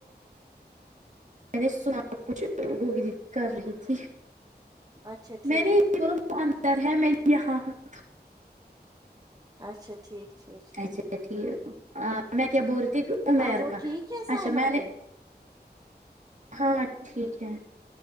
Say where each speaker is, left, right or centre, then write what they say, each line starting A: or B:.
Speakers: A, on the right; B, on the right.
A: نے سنا کچھ گوگی دیی کر رہی تھی
B: اچھا ٹھیک
A: میں نہیں
B: ٹھیک
A: اندر ہے میں یہاں ہوں
B: اچھا ٹھیک ٹھیک ٹھیک
A: اچھا ٹھیک ہے ا میں کیا بول رہی تھی امیر
B: اب وہ
A: کا
B: ٹھیک ہے سائمادی
A: اچھا میں نے ہاں ٹھیک ہے